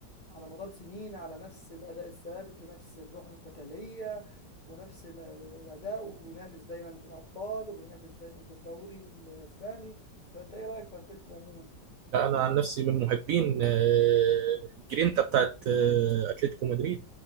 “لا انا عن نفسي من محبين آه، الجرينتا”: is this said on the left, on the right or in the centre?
Right